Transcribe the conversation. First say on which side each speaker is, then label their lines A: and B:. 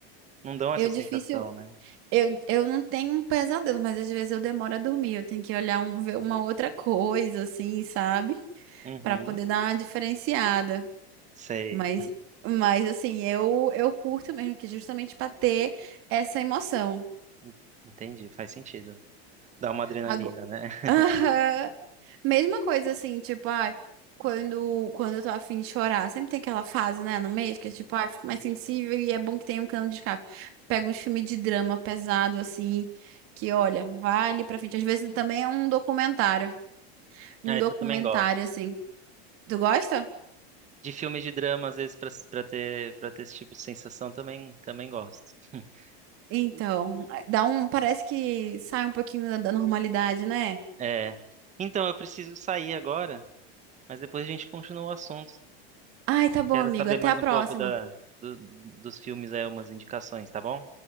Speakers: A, on the right; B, on the right.
A: não dão
B: eu
A: essa sensação,
B: difícil.
A: né?
B: Eu, eu não tenho um pesadelo, mas às vezes eu demoro a dormir. Eu tenho que olhar um, ver uma outra coisa, assim, sabe?
A: Uhum,
B: Pra poder dar uma diferenciada.
A: sei.
B: Mas, mas assim, eu, eu curto mesmo que justamente pra ter essa emoção.
A: En- Entendi, faz sentido. Dá uma adrenalina,
B: Ago-
A: né? <laughs>
B: <laughs> Aham. Mesma coisa assim, tipo, ai, quando, quando eu tô afim de chorar, sempre tem aquela fase, né, no mês que é tipo, ai, fico mais sensível e é bom que tenha um cano de escape. Pega uns filmes de drama pesado, assim, que olha, vale pra frente. Às vezes também é um documentário. Um
A: Ah,
B: documentário,
A: isso eu também gosto.
B: assim. Tu gosta?
A: De filmes de drama, às vezes, pra, pra ter, pra ter esse tipo de sensação, também, também gosto. <laughs>
B: Então, dá um, parece que sai um pouquinho da da normalidade, né?
A: É. Então, eu preciso sair agora, mas depois a gente continua o assunto.
B: Ai, tá bom,
A: Quero
B: amigo.
A: saber
B: Até
A: mais
B: a próxima.
A: um pouco da, do- dos filmes aí, umas indicações, tá bom?